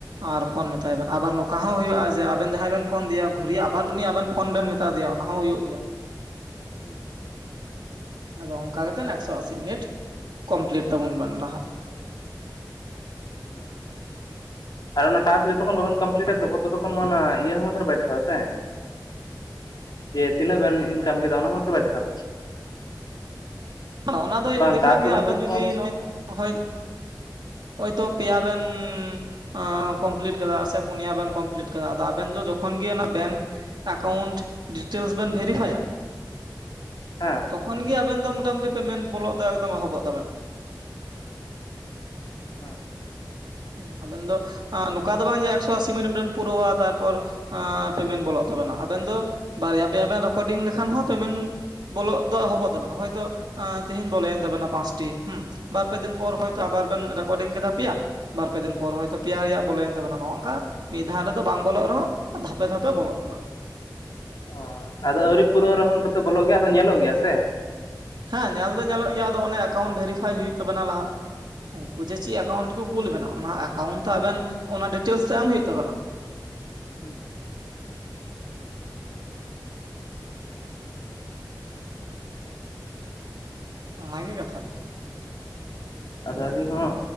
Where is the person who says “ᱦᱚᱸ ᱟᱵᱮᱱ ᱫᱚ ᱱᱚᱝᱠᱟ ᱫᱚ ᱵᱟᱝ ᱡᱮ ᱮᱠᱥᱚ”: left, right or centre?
Right